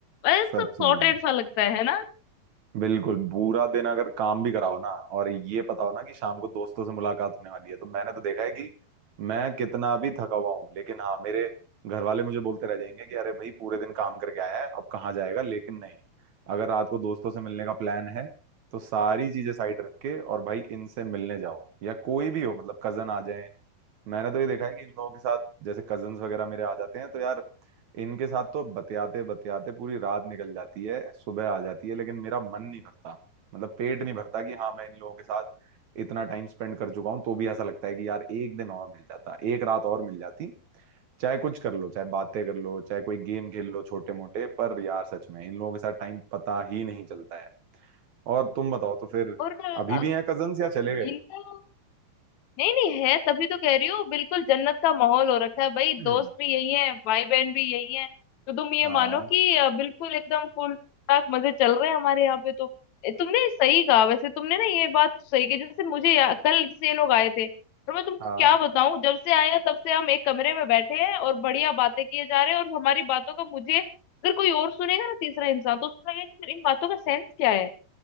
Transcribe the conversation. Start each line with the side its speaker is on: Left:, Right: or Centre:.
Left: अरे
Right: सच
Left: सब सॉर्टेड
Right: में
Left: सा लगता है ना
Right: बिल्कुल बुरा दिन अगर काम भी कराओ ना और ये पता हो ना कि शाम को दोस्तों से मुलाकात होने वाली है तो मैंने तो देखा है कि मैं कितना भी थका हुआ हूँ लेकिन हाँ मेरे घर वाले मुझे बोलते रह जाएंगे कि अरे भाई पूरे दिन काम करके आया है अब कहाँ जाएगा लेकिन नहीं अगर रात को दोस्तों से मिलने का प्लान है तो सारी चीजें साइड रख के और भाई इनसे मिलने जाओ या कोई भी हो मतलब कजन आ जाए मैंने तो ये देखा है कि इन लोगों के साथ जैसे कजन्स वगैरह मेरे आ जाते हैं तो यार इनके साथ तो बतियाते बतियाते पूरी रात निकल जाती है सुबह आ जाती है लेकिन मेरा मन नहीं भरता मतलब पेट नहीं भरता कि हाँ मैं इन लोगों के साथ इतना टाइम स्पेंड कर चुका हूँ तो भी ऐसा लगता है कि यार एक दिन और मिल जाता एक रात और मिल जाती चाहे कुछ कर लो चाहे बातें कर लो चाहे कोई गेम खेल लो छोटे मोटे पर यार सच में इन लोगों के साथ टाइम पता ही नहीं चलता है और तुम बताओ तो फिर
Left: और
Right: अभी
Left: अ,
Right: भी हैं कजन्स या चले गए
Left: इनका नहीं नहीं है तभी तो कह रही हूँ बिल्कुल जन्नत का माहौल हो रखा है भाई
Right: हम्म
Left: दोस्त भी यही है भाई बहन भी यही है तो तुम ये
Right: हाँ
Left: मानो कि अ, बिल्कुल एकदम फुल ठाक मजे चल रहे हैं हमारे यहाँ पे तो ए, तुमने सही कहा वैसे तुमने ना ये बात तो सही की जैसे मुझे या, कल जैसे ये लोग आए थे और मैं तुमको
Right: हाँ
Left: क्या बताऊं जब से आए हैं तब से हम एक कमरे में बैठे हैं और बढ़िया बातें किए जा रहे हैं और हमारी बातों का मुझे अगर कोई और सुनेगा ना तीसरा इंसान तो उसको लगेगा कि इन बातों का सेंस क्या है